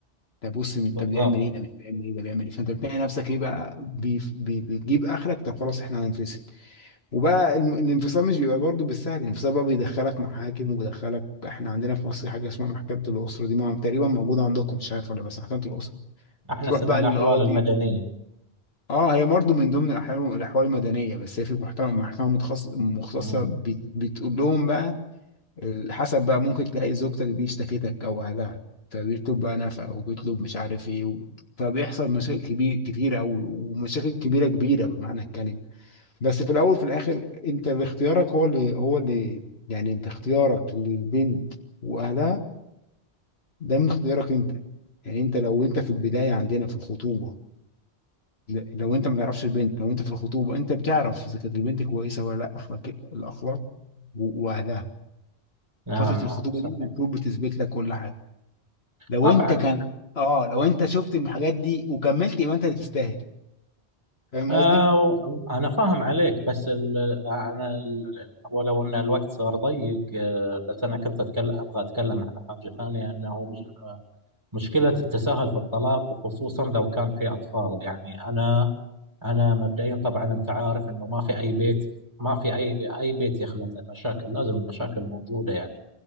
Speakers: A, on the left; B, on the right.
A: ده بص من-
B: بالضبط
A: طب بيعمل ايه ده مش بيعمل ايه ده بيعمل ايه فانت بتلاقي نفسك ايه بقى بي بي بتجيب اخرك طب خلاص احنا هننفصل وبقى الم- الانفصال مش بيبقى برضه بالسهل الانفصال بقى بيدخلك محاكم وبيدخلك احنا عندنا في مصر حاجه اسمها محكمه الاسره دي ما- تقريبا موجوده عندكم مش عارف ولا بس محكمه الاسره
B: إحنا
A: تروح
B: اسمها
A: بقى
B: الأحوال
A: للقاضي
B: المدنية
A: اه هي برضه من ضمن الاحوال الاحوال المدنيه بس هي في محكمه محكمه متخصص- مختصه
B: أمم،
A: بت- بتقول لهم بقى ال- حسب بقى ممكن تلاقي زوجتك دي اشتكتك او اهلها فبيطلب بقى نفقه او بيطلب مش عارف ايه و... فبيحصل مشاكل كبير كتيره قوي ومشاكل كبيره كبيره بمعنى الكلمه بس في الاول وفي الاخر انت باختيارك هو اللي هو اللي يعني انت اختيارك للبنت واهلها ده من اختيارك انت يعني انت لو انت في البدايه عندنا في الخطوبه ل- لو انت ما تعرفش البنت لو انت في الخطوبه انت بتعرف اذا كانت البنت كويسه ولا لا اخلاق الاخلاق و- واهلها
B: نعم
A: فتره الخطوبه
B: نعم صحيح
A: دي المفروض بتثبت لك كل حاجه لو
B: طبعا
A: انت كان اه لو انت شفت الحاجات دي وكملت يبقى انت اللي تستاهل فاهم
B: آه
A: قصدي؟
B: أنا فاهم عليك بس ال أنا ال ولو أن الوقت صار ضيق آه بس أنا كنت أتكلم أبغى أتكلم عن حاجة ثانية أنه مش آه مشكلة التساهل في الطلاق وخصوصا لو كان في أطفال يعني أنا أنا مبدئيا طبعا أنت عارف أنه ما في أي بيت ما في أي أي بيت يخلى من المشاكل لازم المشاكل موجودة يعني